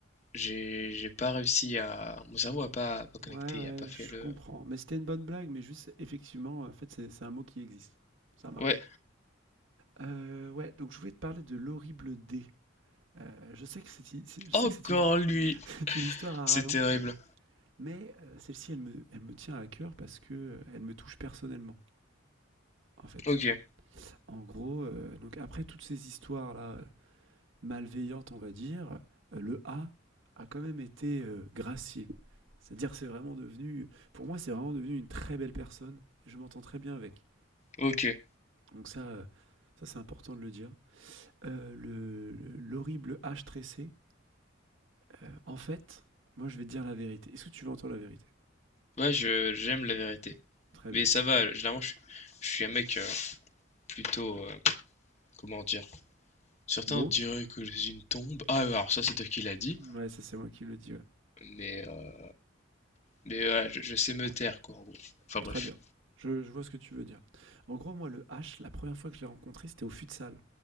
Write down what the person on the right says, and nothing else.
Ouais,
ouais,
je
comprends. Mais c'était une bonne blague, mais juste, effectivement, en fait, c'est c'est un mot qui existe. Ça marche.
Euh, ouais, donc je voulais te parler de l'horrible dé. Euh, je sais que c'est une, c'est- je
sais que c'est une,
<laughs> c'est une histoire à
rallonge,
mais euh, celle-ci, elle me, elle me tient à cœur parce que euh, elle me touche personnellement, en fait.
En gros, euh, donc après toutes ces histoires-là, euh, malveillante, on va dire, euh, le A a quand même été euh, gracié. C'est-à-dire, c'est vraiment devenu, pour moi, c'est vraiment devenu une très belle personne. Et je m'entends très bien avec.
Donc ça, euh, ça c'est important de le dire. Euh, le- le- L'horrible H tressé, euh, en fait, moi, je vais te dire la vérité. Est-ce que tu veux entendre la vérité
Très
bien.
Beau
Ouais, ça, c'est moi qui le dis. ouais.
Très bien. Je, je vois ce que tu veux dire. En gros, moi, le H, la première fois que je l'ai rencontré, c'était au futsal.